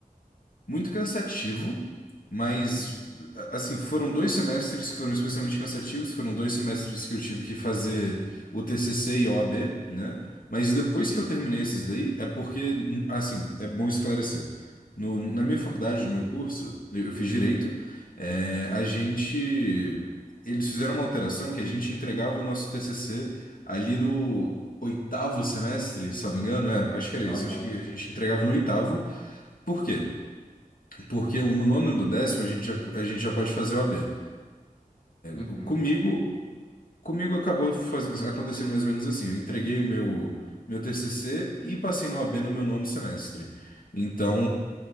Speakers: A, on the left; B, on the left.
A: Muito cansativo, mas
B: Uhum,
A: a- assim, foram dois semestres que foram especialmente cansativos, foram dois semestres que eu tive que fazer o TCC e o OAB, né? Mas depois
B: uhum,
A: que eu terminei esses daí, é porque, assim, é bom esclarecer. No, na minha faculdade, no meu curso, eu eu fiz direito, é, a gente. Eles fizeram uma alteração que a gente entregava o nosso TCC ali no oitavo semestre, salvo engano, é, acho que era isso,
B: aham,
A: acho que a gente entregava no oitavo. Por quê? Porque o- no nono e no décimo a gente já, a gente já pode fazer OAB.
B: uhum,
A: O- Comigo, comigo acabou faz- acontecendo mais ou menos assim. Eu entreguei o meu, meu TCC e passei na O A B no meu nono semestre. Então,